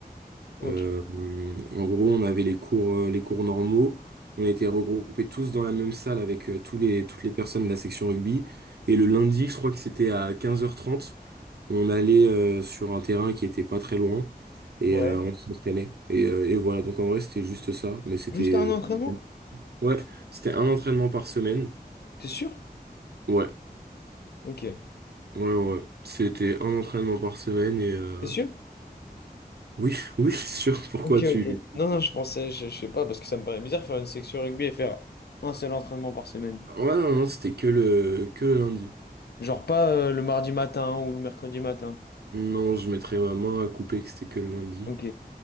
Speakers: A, on the left (about 80°); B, on the right (about 80°).
A: Ok.
B: Euh, en gros, on avait les cours, euh, les cours normaux. On était regroupés tous dans la même salle avec euh, tous les, toutes les personnes de la section rugby. Et le lundi, je crois que c'était à quinze heures trente, on allait euh, sur un terrain qui était pas très loin et
A: Ouais.
B: euh, on s'entraînait. Et, euh, et voilà, donc en vrai, c'était juste ça. Mais c'était
A: Juste
B: euh,
A: un entraînement?
B: ouais, c'était un entraînement par semaine.
A: T'es sûr?
B: Ouais,
A: Ok. T'es
B: ouais, ouais. C'était un entraînement par semaine et euh,
A: sûr?
B: oui, <laughs> oui, sûr. Pourquoi
A: Ok,
B: tu...
A: ok. Non, non, je pensais, je, je sais pas, parce que ça me paraît bizarre faire une section rugby et faire un seul entraînement par semaine.
B: Ouais, non, non, c'était que le, que le lundi.
A: Genre pas euh, le mardi matin ou le mercredi matin.
B: Non, je mettrais ma main à couper que c'était que le lundi.
A: Ok,